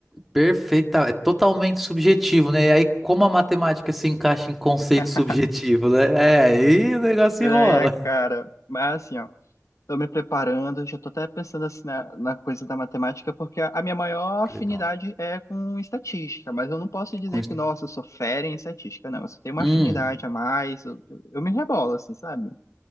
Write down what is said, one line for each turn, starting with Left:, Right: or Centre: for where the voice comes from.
Centre: Perfeita, é totalmente subjetivo, né? E aí, como a matemática se encaixa em conceito
Left: <laughs>
Centre: subjetivo, né? É, aí o negócio
Left: É,
Centre: rola.
Left: cara, mas assim, ó. Estou me preparando, já estou até pensando assim na, na coisa da matemática, porque a, a minha maior afinidade
Centre: Que legal.
Left: é com estatística, mas eu não posso dizer
Centre: Com
Left: que,
Centre: isso-
Left: nossa, eu sou fera em estatística, não. Eu só tenho uma
Centre: Hum.
Left: afinidade a mais, eu, eu me rebolo, assim, sabe?